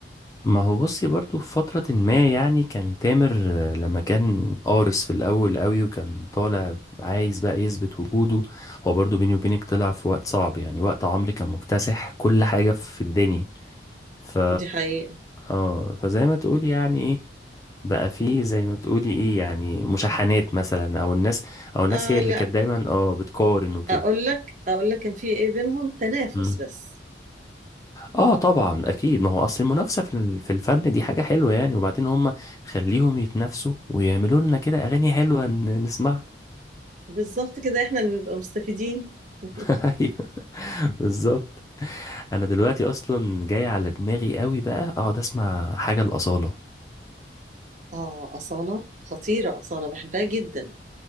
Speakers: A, on the left (about 20°); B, on the right (about 40°).
A: ما هو بصي برضو في فترة ما يعني كان تامر آه، لما كان قارس في الأول قوي وكان طالع عايز بقى يثبت وجوده هو برضو بيني وبينك طلع في وقت صعب يعني وقت عمرو كان مكتسح كل حاجة في الدنيا ف
B: دي حقيقة
A: اه فزي ما تقولي يعني ايه بقى فيه زي ما تقولي ايه يعني مشاحنات مثلا او الناس او الناس
B: آه
A: هي اللي
B: لا
A: كانت دايما اه بتقارن وكده
B: اقول لك اقول لك كان في ايه بينهم تنافس
A: مم.
B: بس
A: اه طبعا اكيد ما هو اصل المنافسه في ال- في الفن دي حاجه حلوه يعني وبعدين هم خليهم يتنافسوا ويعملوا لنا كده اغاني حلوه ن- نسمعها
B: بالظبط كده احنا اللي نبقى مستفيدين <laughs>
A: <laughs> ايوه بالظبط انا دلوقتي اصلا جاي على دماغي قوي بقى اقعد اسمع حاجه الاصاله
B: اه أصالة خطيرة أصالة بحبها جدا